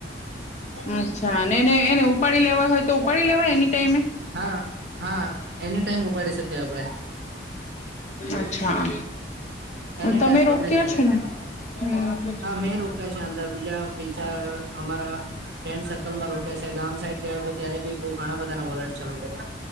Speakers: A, on the left; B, on the right.
A: અચ્છા અને એને એને ઉપાડી લેવા હોય તો ઉપાડી લેવાય એની ટાઈમે
B: હા હા, એની ટાઈમ ઉપાડી શકીએ આપણે
A: અચ્છા
B: એની
A: તમે
B: ટાઈમ
A: રોક્યા
B: ગમે ત્યારે
A: છો, ને હમમ હમમ
B: હા મેં અંદર બીજા બે ચાર અમારા ફ્રેન્ડ સર્કલ રોક છે ગામ સાઈડ ગયા હતો ત્યારે બહુ ઘણા બધા ના વોલટ ચાલુ કર્યા